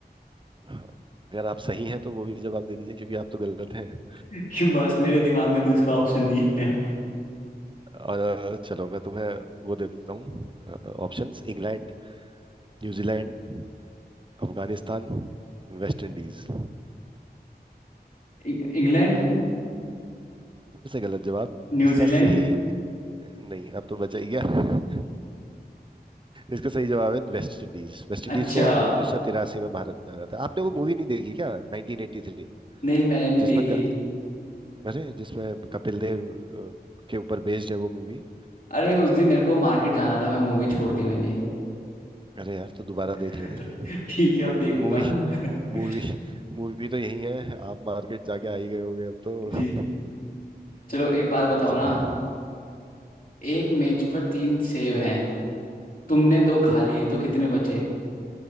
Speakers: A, on the right; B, on the left.
A: हाँ, अगर आप सही हैं तो वो भी जवाब दे दीजिए क्योंकि आप तो गलत हैं
B: <laughs> कि बस मेरे दिमाग में दूसरा ऑप्शन नहीं है
A: और अ, चलो मैं तुम्हें वो दे देता हूँ options England New Zealand Afghanistan West Indies
B: इं- इंग्लैंड
A: फिर से गलत जवाब
B: न्यूजीलैंड
A: इसका सही नहीं अब तो बचा ही गया <laughs> इसका सही जवाब है वेस्ट इंडीज वेस्ट
B: अच्छा
A: इंडीज को 1983 में भारत में आना था आपने वो मूवी नहीं देखी क्या 1983
B: नहीं मैंने नहीं
A: जिसमें
B: देखी
A: क... अरे जिसमें कपिल देव अ, के ऊपर बेस्ड है वो मूवी
B: अरे उस दिन मेरे को मार्केट जाना था मैं मूवी छोड़ दी मैंने
A: अरे यार तो दोबारा देख
B: <laughs>
A: लेते हैं
B: ठीक है अब देखूंगा
A: मूवी
B: <laughs>
A: मूवी मूवी तो यही है आप मार्केट जाके आ ही गए होगे अब तो
B: जी
A: <laughs>
B: चलो एक बात बताओ
A: अच्छा
B: ना
A: हम्म।
B: एक मेज पर तीन सेब हैं तुमने दो खा लिए तो कितने बचे